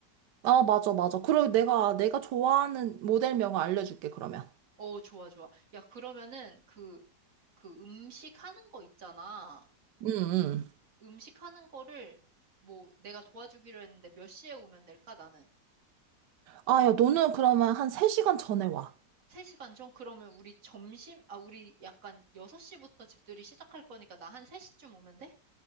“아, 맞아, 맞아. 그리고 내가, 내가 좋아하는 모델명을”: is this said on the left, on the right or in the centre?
Right